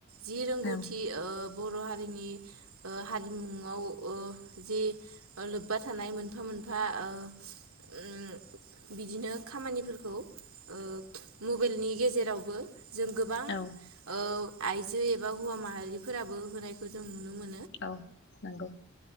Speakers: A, on the right (about 90°); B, on the left (about 55°).
A: जि रोंगौथि
B: औ
A: ओ बर' हारिनि ओ हारिमुआव ओ जे लोब्बा थानाय मोनफा मोनफा ओ उम बिदिनो खामानिफोरखौ ओ मबाइलनि गेजे जेरावबो जों गोबां
B: औ
A: ओ आइजो एबा हौवा माहारिफोराबो होनायखौ जों नुनो मोन
B: औ नंगौ